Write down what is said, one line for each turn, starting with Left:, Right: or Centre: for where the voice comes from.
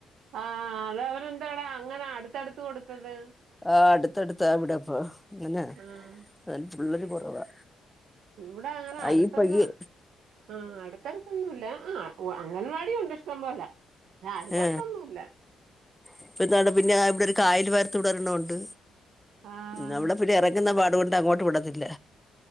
Right: ആഹ് അത അവരെ എന്താടാ അങ്ങനെ അടുത്തടുത്ത് കൊടുത്തത്
Centre: ആഹ് അടുത്തടുത്താവിടപ്പൊ അങ്ങനെ
Right: ആഹ്
Centre: അ പിള്ളര് കുറവാ
Right: ഇവിടെ അങ്ങനെ
Centre: അയിപ്പയ്യേ
Right: അടുത്തൊന്ന് ആഹ് അടുത്തടുത്തൊന്നുമല്ല ആഹ് അംഗൻവാടിയണ്ട് ഇഷ്ടം പോല പക്ഷെ അടുത്തടുത്തൊന്നുമല്ല
Centre: ഏ ഇപ്പ എന്ത പിന്നെ ഇവിടെ ഒരു കായൽ വേർത്ത് വിടരണണ്ട്
Right: ആഹ്
Centre: നമ്മള പിന്നെ ഇറ ഇങ്ങെ പാടുകൊണ്ട് അങ്ങോട്ട് വിടത്തില്ല